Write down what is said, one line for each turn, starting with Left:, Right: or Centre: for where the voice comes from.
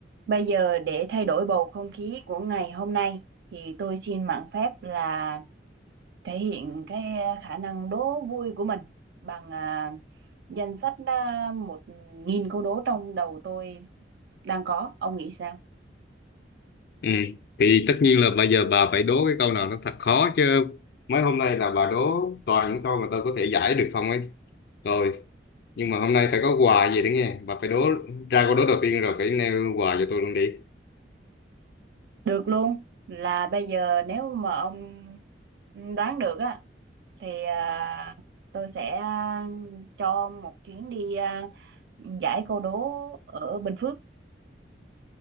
Right: Bây giờ để thay đổi bầu không khí của ngày hôm nay thì tôi xin mạn phép là thể hiện cái khả năng đố vui của mình bằng à, danh sách à, một nghìn câu đố trong đầu tôi đang có. Ông nghĩ sao?
Left: Ừ. Thì tất nhiên là bây giờ bà phải đố cái câu nào nó thật khó chứ mấy hôm nay là bà đố toàn những câu mà tôi có thể giải được không ấy rồi nhưng mà hôm nay phải có quà gì đấy nghe bà phải đố ra câu đố đầu tiên rồi phải nêu quà cho tôi luôn đi
Right: Được luôn. Là bây giờ nếu mà ông đoán được á thì à, tôi sẽ à, cho ông một chuyến đi à, giải câu đố ở Bình Phước.